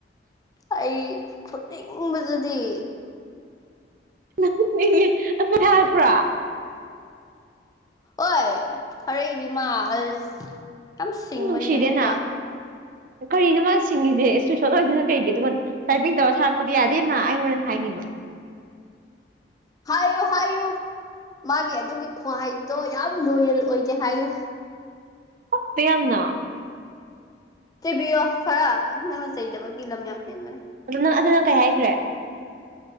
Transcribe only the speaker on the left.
ꯑꯩ ꯐꯨꯅꯤꯡꯕꯖꯤꯗꯤ
ꯑꯣꯏ ꯊꯥꯔꯛꯏꯅꯦ ꯃꯥ ꯑꯁ ꯌꯥꯝ ꯁꯤꯡꯕꯅꯦ
ꯅꯪ ꯅꯨꯄꯥꯗꯣ
ꯍꯥꯏꯌꯨ ꯍꯥꯏꯌꯨ ꯃꯥꯒꯤ ꯑꯗꯨꯒꯤ ꯈꯨꯍꯥꯏꯗꯣ ꯌꯥꯝ ꯂꯣꯌꯜ ꯑꯣꯏꯗꯦ ꯍꯥꯏꯌꯨ
ꯆꯩꯕꯤꯌꯣ ꯈꯔ ꯅꯪꯅ ꯆꯩꯗꯕꯒꯤ ꯂꯝ ꯌꯥꯝ ꯍꯦꯟꯕꯅꯦ